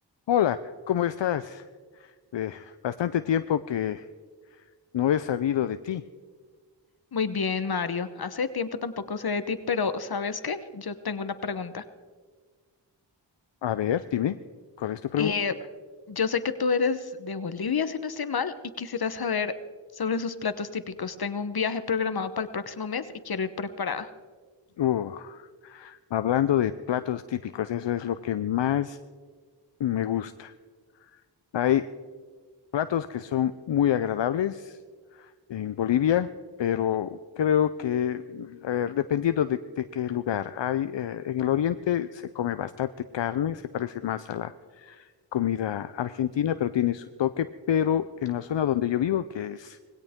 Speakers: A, on the left (about 70°); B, on the left (about 55°).
A: Hola, ¿cómo estás? Eh, bastante tiempo que no he sabido de ti.
B: Muy bien, Mario. Hace tiempo tampoco sé de ti, pero ¿sabes qué? Yo tengo una pregunta.
A: A ver, dime, ¿cuál es tu pregunta?
B: Eh, yo sé que tú eres de Bolivia, si no estoy mal, y quisiera saber sobre sus platos típicos. Tengo un viaje programado para el próximo mes y quiero ir preparada.
A: Uh, hablando de platos típicos, eso es lo que más me gusta. Hay platos que son muy agradables en Bolivia, pero creo que, a ver, dependiendo de, de qué lugar, hay, eh, en el oriente se come bastante carne, se parece más a la comida argentina, pero tiene su toque, pero en la zona donde yo vivo, que es